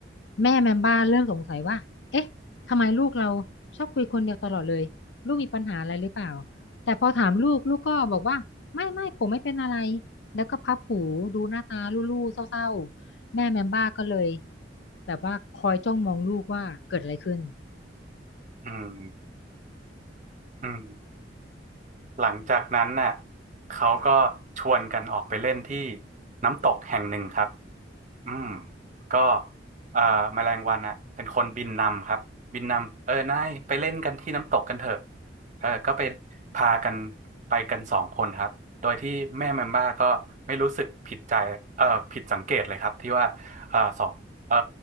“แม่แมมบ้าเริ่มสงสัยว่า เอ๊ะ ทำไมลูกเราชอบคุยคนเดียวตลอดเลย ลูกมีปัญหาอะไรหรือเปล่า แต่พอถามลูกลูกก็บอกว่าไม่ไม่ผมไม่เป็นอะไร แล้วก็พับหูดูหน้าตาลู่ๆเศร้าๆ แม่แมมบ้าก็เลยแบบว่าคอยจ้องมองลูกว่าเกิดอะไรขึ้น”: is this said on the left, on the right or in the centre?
Left